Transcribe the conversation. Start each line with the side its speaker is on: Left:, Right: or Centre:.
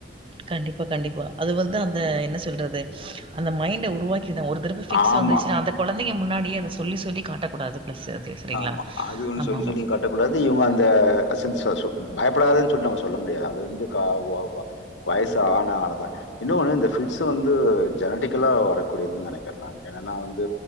Right: கண்டிப்பா கண்டிப்பா அது வந்து அந்த
Left: ம்ஹ்ம்.
Right: என்ன சொல்றது அந்த மைண்ட உருவாக்கி ஒரு தரவ ஃபிக்ஸ்
Left: ஆமா.
Right: வந்துச்சுனா அந்த கொழந்தைங்க முன்னாடி யே அத சொல்லி சொல்லி காட்டக்கூடாது பிளஸ் அது சரிங்களா?
Left: ஆமா அது ஒன்னு
Right: ஆமாமா.
Left: சொல்லி சொல்லியுங் காட்டக்கூடாது இவுங்க அந்த <unintelligible> பயப்படாதன் சொல்ட்டு நம்ம சொல்ல முடியாது அது வந்து கா வா வா வயசு ஆனா ஆனதா இன்னொ ஒன்னு இந்த ஃபிட்ஸ் வந்து ஜெனட்டிக்கலா வரக்கூடியதுன்னு நெனைக்கிறேன் நானு என்னனா வந்து